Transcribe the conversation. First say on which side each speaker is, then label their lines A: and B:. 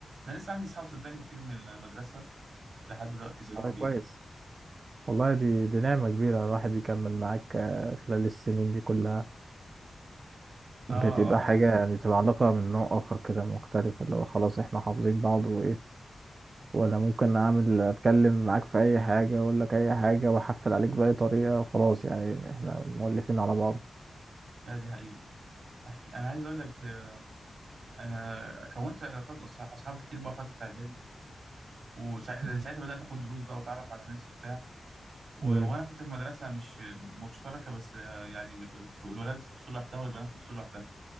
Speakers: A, on the right; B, on the right.
A: انا لسه عندي اصحاب صدقني كتير من المدرسه لحد دلوقتي اصحابي
B: والله كويس والله دي دي نعمة كبيرة الواحد يكمل معاك آه، خلال السنين دي كلها
A: اه
B: بتبقى
A: اه
B: حاجة يعني تبقى علاقة من نوع آخر كده مختلف اللي هو خلاص احنا حافظين بعض وإيه وأنا ممكن أعمل أتكلم معاك في أي حاجة أقول لك أي حاجة وأحفل عليك بأي طريقة وخلاص يعني احنا مؤلفين على بعض
A: لا دي حقيقه أحكي. انا عايز اقول لك آه، انا كونت علاقات أص- اصحاب كتير بقى فتره اعدادي وساعتها
B: مم.
A: ساعتها بدات اخد دروس بقى واتعرف على ناس وبتاع و...
B: مم.
A: وانا كنت في مدرسه مش مشتركه بس آه، يعني الولاد في فصول لوحدها والبنات في فصول لوحدها